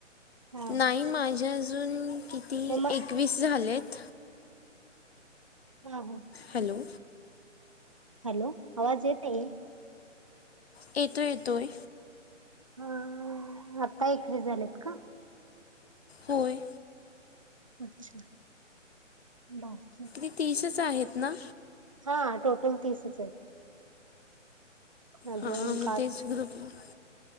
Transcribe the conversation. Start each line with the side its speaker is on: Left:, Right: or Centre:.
Right: हा
Left: नाही माझ्या अजून किती
Right: मग म
Left: एकवीस झालेत.
Right: हा हा.
Left: हॅलो!
Right: हॅलो आवाज येत आहे?
Left: येतो येतोय.
Right: ह आता एकवी झालेत का?
Left: होय.
Right: अच्छा बाकीकी <unintelligible>
Left: ते तीसच आहेत ना?
Right: हा टोटल तीसच आहेत. अजून
Left: हा मग
Right: पाच
Left: तेच ग्रुप <unintelligible>